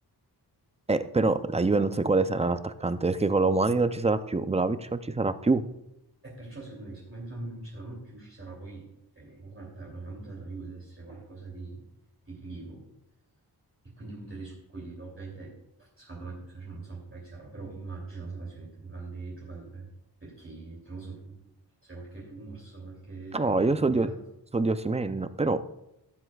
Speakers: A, on the right; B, on the right.
A: Eh, però la Juve
B: E,
A: non so quale sarà l'attaccante, perché con Colomani non ci sarà più, Vlahovic non ci sarà più.
B: e perciò secondo me, siccome entrambi non c'erano più, ci sarà poi, eh, comunque una, una mia punta della Juve deve essere qualcosa di, di rilievo. E quindi punterei su quello. Ovviamente scatola chiusa, cioè non so ancora chi sarà, però immagino sarà sicuramente un grande giocatore. Perché, non lo so, tu se hai qualche rumors, qualche idea,
A: No, io so di, so di Osimhen, però